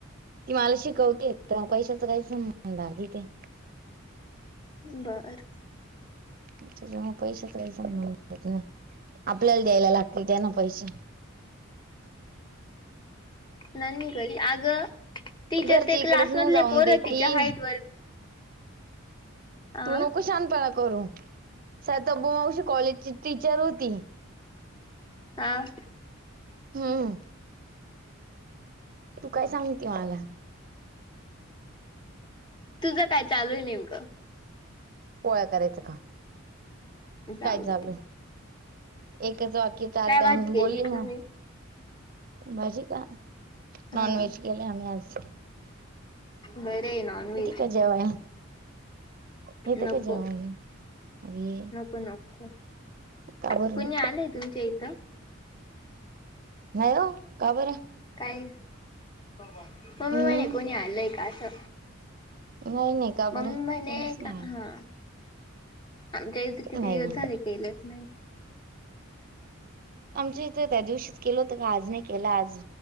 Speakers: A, on the right; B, on the left.
A: ती मला शिकवते आता पैशाच काही संबंध नाय तिथे.
B: बरं
A: अच्छा जेव्हा पैशाचा काही संबंधच नाही आपल्याला द्यायला लागतील द्याना पैशे.
B: नाय मी घरी आगं ति
A: घरची
B: के ते क्लासमधले
A: इकडच नाही जाऊन
B: पोरं
A: देती
B: आहे तिच्या हाईट वर अ
A: तू नको शहानपणा करू सातबो मावशी कॉलेजची टीचर होती.
B: हा.
A: हम्म. तू काय सांगती मला?
B: तुझं काय चालू आहे नेमकं?
A: पोळ्या करायचं का?
B: जाऊ
A: काय झालं
B: दे
A: एकच वाक्य चार
B: काय
A: टाइम
B: भाजी केली
A: बोलली ना.
B: तुम्ही?
A: भाजी का नॉन
B: हा
A: व्हेज केला आम्ही आज.
B: बरे आहे नॉन व्हेज
A: का जेवाया येते
B: नको
A: का जेवायला? अरे
B: नको नको
A: का बरं
B: कुणी आलंय तुमच्या इथं?
A: हो का बरं.
B: काय मम्मी
A: हम्म
B: म्हणे कोणी आलाय का असं.
A: नाही नाही का
B: मम्मी
A: बरं
B: म्हणे
A: कोणीच नाही
B: का
A: आलं.
B: हा आमच्या इथं किती
A: नाही
B: दिवस
A: नाही
B: झाले केलच नाही.
A: आमच्या इथं त्या दिवशीच केलं होतं का आज नाही केलं आज.